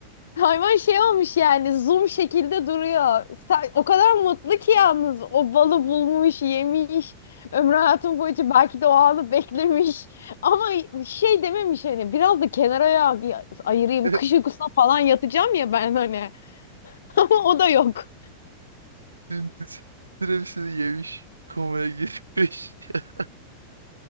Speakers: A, on the left (about 65°); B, on the right (about 80°).
A: Hayvan şey olmuş yani zoom şekilde duruyor. Sen- O kadar mutlu ki yalnız o balı bulmuş, yemiş. Ömrü hayatım boyunca belki de o anı beklemiş. Ama şey dememiş hani biraz da kenara ya, ya- ayırayım.
B: <laughs>
A: Kış uykusuna falan yatacağım ya ben hani. <laughs> Ama o da yok.
B: Dümdüz türevsini yemiş. Komaya girmiş. <laughs>